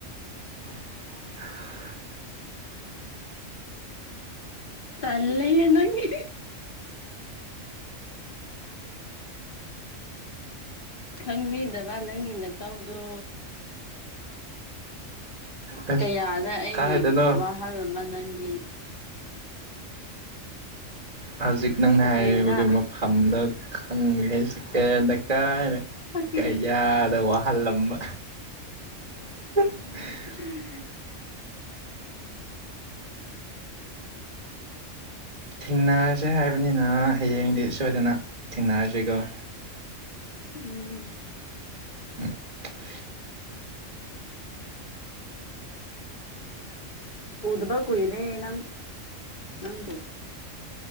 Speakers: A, on the right; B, on the left.
A: <unintelligible>
B: ꯇꯜꯂꯦ ꯅꯪꯒꯤ ꯈꯪꯕꯤꯗꯕ ꯅꯪꯒꯤ ꯅꯇꯧꯗꯣ
A: ꯑꯁ
B: ꯀꯌꯥꯗ ꯑꯩꯒꯤ
A: ꯀꯥꯏꯗꯅꯣ
B: ꯋꯥꯍꯜꯕ ꯅꯪꯗꯤ
A: ꯍꯧꯖꯤꯛ ꯅꯪꯅ
B: ꯁꯦꯀꯦꯟꯗ
A: ꯍꯥꯏꯔꯤꯕꯒꯤ ꯃꯐꯝꯗꯣ ꯈꯪꯉꯦ ꯍꯥꯏꯁ <inaudible> ꯀꯗ ꯀꯥꯏꯅ
B: ꯁꯦꯀꯦꯟ
A: ꯀꯌꯥꯗ ꯋꯥꯍꯜꯂꯝꯕ <unintelligible>
B: <unintelligible>
A: ꯊꯦꯡꯅꯔꯁꯦ ꯍꯥꯏꯕꯅꯤꯅ ꯍꯌꯦꯡꯗꯤ ꯁꯣꯏꯗꯅ ꯊꯦꯡꯅꯔꯁꯤꯀꯣ
B: ꯎꯝ
A: <unintelligible>
B: ꯎꯗꯕ ꯀꯨꯏꯔꯦ ꯅꯪ ꯅꯪꯕꯨ